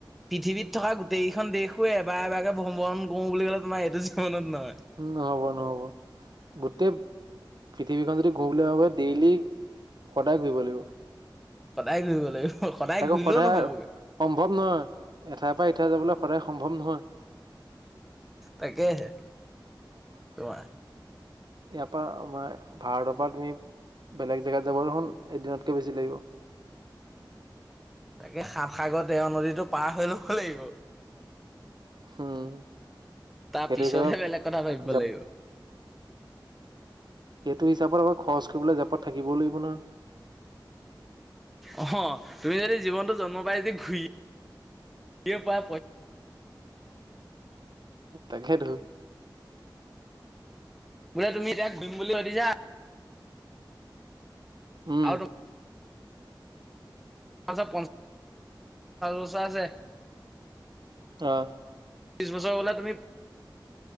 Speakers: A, in the centre; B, on the right.
A: পৃথিৱীত থকা গোটেইকেইখন দেশো এবাৰ এবাৰে ভ্ৰমণ কৰো বুলি ক'লে তোমাৰ এইটো জীৱনত নহয়।
B: উম নহব নহব গোটেই পৃথিৱীখন যদি ঘূৰোবুলি ভাবে ডেইলি সদায় ঘূৰিব লাগিব
A: সদায় ঘূৰিব লাগিব সদায়
B: তাকো
A: ঘূৰিলেও
B: সদায়
A: নহ'বগৈ
B: সম্ভৱ নহয় এঠাইৰ পৰা এঠাই যাবলৈ সদায় সম্ভৱ নহয়
A: তাকেহে তোমাৰ
B: ইয়াৰপা আমাৰ ভাৰতৰ পৰা তুমি বেলেগ জেগাত যাব দেখোন এদিনতকে বেছি লাগিব
A: তাকে সাতসাগৰ তেৰ নদীতটো পাৰ হৈ লব লাগিব
B: উম
A: তাৰ
B: সেইটো
A: পিছতহে
B: হিচাপে
A: বেলেগ কথা ভাবিব
B: জাপ
A: লাগিব
B: সেইটো হিচাপত আকৌ খৰচ কৰিবলৈ জেপত থাকিবও লাগিব নহয়
A: অ তুমি যদি জীৱনটো জন্ম পাই যদি ঘূৰিয়ে ফুৰা
B: তাকেতো
A: বোলে তুমি যাক দিম বুলি সুধিছা
B: উম
A: আৰু তোমাৰ পঞ্চাছ বছৰ আছে
B: অ
A: বিশ বছৰ হলে তুমি